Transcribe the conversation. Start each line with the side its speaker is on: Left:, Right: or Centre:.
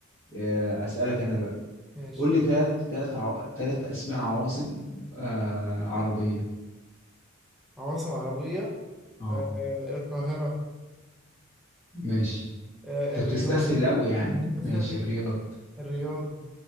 Left: آه، أسألك أنا بقى
Centre: ماشي
Left: قول لي تلات تلات عو... تلات أسماء عواصم آه عربية
Centre: عواصم عربية
Left: اه
Centre: آه، آه، القاهرة
Left: ماشي
Centre: آه،
Left: أنت
Centre: الرياض
Left: بتستسهل أوي يعني
Centre: <laughs>
Left: ماشي الرياض
Centre: الرياض